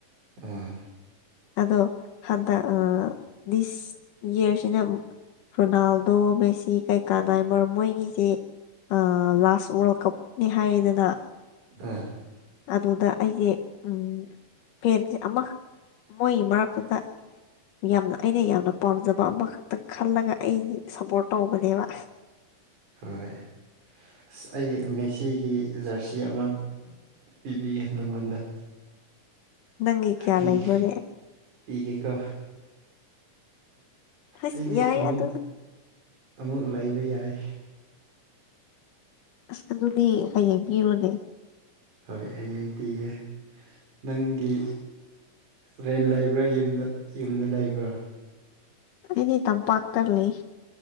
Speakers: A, on the right; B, on the left.
A: ꯑꯥ
B: ꯑꯗꯣ ꯍꯟꯗꯛ ꯑ ꯗꯤꯁ ꯏꯌ꯭ꯔꯁꯤꯅ ꯑꯃꯨꯛ ꯔꯣꯅꯥꯜꯗꯣ ꯃꯦꯁꯤ ꯀꯩꯀꯥ ꯅꯥꯏꯃꯥꯔ ꯃꯣꯏꯒꯤꯁꯦ ꯑꯥ ꯂꯥꯁ ꯋꯥꯔꯜ ꯀꯞ ꯅꯤ ꯍꯥꯏꯌꯦꯗꯅ
A: ꯑ
B: ꯑꯗꯨꯗ ꯑꯩꯁꯦ ꯎꯝ ꯐꯦꯟꯁꯦ ꯑꯃꯈꯛ ꯃꯣꯏꯒꯤ ꯃꯔꯛꯇꯨꯗ ꯌꯥꯝꯅ ꯑꯩꯅ ꯌꯥꯝꯅ ꯄꯥꯝꯖꯕ ꯑꯃꯈꯛꯇꯪ ꯈꯜꯂꯒ ꯑꯩꯖꯦ ꯁꯞꯄꯣꯔ꯭ꯠ ꯇꯧꯕꯅꯦꯕ
A: ꯍꯣꯏ ꯑꯁ ꯑꯩ ꯃꯦꯁꯤꯒꯤ ꯖ꯭ꯔꯁꯤ ꯑꯃ ꯄꯤꯕꯤꯒꯦ ꯅꯪꯉꯣꯟꯗ
B: ꯅꯪꯒꯤ ꯀꯌꯥ
A: ꯄꯤꯒꯦ
B: ꯂꯩꯕ꯭ꯔꯣꯅꯦ
A: ꯄꯤꯒꯦꯀꯣ
B: ꯑꯁ
A: ꯑꯩꯗꯤ
B: ꯌꯥꯏ
A: ꯑꯃꯨꯛ
B: ꯑꯗꯨ
A: ꯑꯃꯨꯛ ꯂꯩꯕ ꯌꯥꯏ
B: ꯑꯁ ꯑꯗꯨꯗꯤ ꯍꯌꯦꯡ ꯄꯤꯔꯣꯅꯦ
A: ꯍꯣꯏ ꯍꯌꯦꯡ ꯄꯤꯒꯦ ꯅꯪꯒꯤ ꯔꯦꯟ ꯂꯩꯕ꯭ꯔꯥ ꯌꯨꯝꯗ ꯌꯨꯝꯗ ꯂꯩꯕ꯭ꯔꯥ
B: ꯑꯩꯗꯤ ꯇꯝꯄꯥꯛꯇ ꯂꯩ